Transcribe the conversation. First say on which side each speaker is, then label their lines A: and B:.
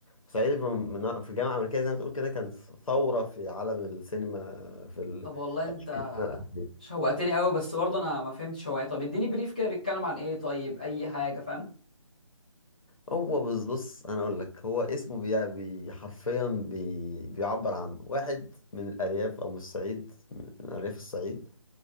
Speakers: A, on the left; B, on the left.
A: صعيدي في من- في الجامعة الأمريكية زي ما تقول كده كان ثورة في عالم السينما في ال-
B: طب والله انت
A: السنة الأخيرة
B: شوقتني قوي بس برضه انا ما فهمتش هو ايه طب اديني بريف كده بيتكلم عن ايه طيب اي حاجه فاهم
A: هو بص بص أنا أقول لك هو اسمه بي بي- حرفيا بي بيعبر عن واحد من الأرياف أو من الصعيد من أرياف الصعيد